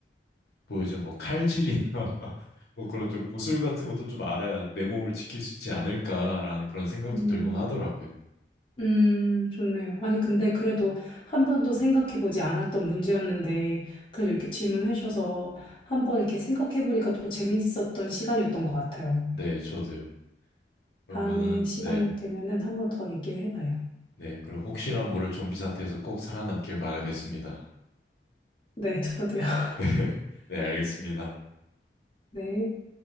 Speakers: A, on the left; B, on the left.
A: 뭐 요즘 뭐 칼질이나 <laughs> 뭐 그런 좀 무술 같은 것도 좀 알아야 내 몸을 지킬 수 있지 않을까라는 그런 생각도
B: 음.
A: 들곤 하더라고요.
B: 음, 좋네요. 아니, 근데 그래도 한 번도 생각해보지 않았던 문제였는데, 그래도 이렇게 질문해주셔서 한 번 이렇게 생각해보니까 또 재밌었던 시간이었던 것 같아요.
A: 네, 저도요. 그러면은
B: 다음에 시간
A: 네,
B: 되면은 한 번 더 얘기를 해봐요.
A: 네 그리고 혹시나 모를 좀비 사태에서 꼭 살아남길 바라겠습니다.
B: 네, 저도요. <laughs>
A: <laughs> 네, 네, 알겠습니다.
B: 네.